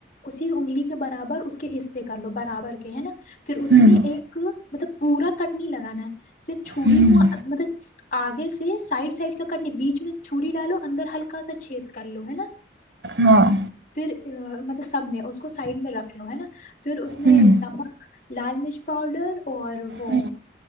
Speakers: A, on the left; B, on the right.
A: اسی انگلی کے برابر اس کے حصے کر لو برابر کے ہے نا پھر اس
B: ہوں
A: میں ایک مطلب پورا کٹنی لگانا ہے صرف چھوڑی
B: ہوں
A: ہو مطلب آگے سے سائڈ سائڈ کا کرنے بیچ میں چھی ڈالو اندر ہلکا سا چھید کر لو ہے نا
B: ہاں
A: پھر آ، مطلب سب میں اس کو سائڈ میں رکھ لو ہے نا پھر اس میں
B: ہوں
A: نمک لال مرچ پاؤڈر اور وہ
B: ہوں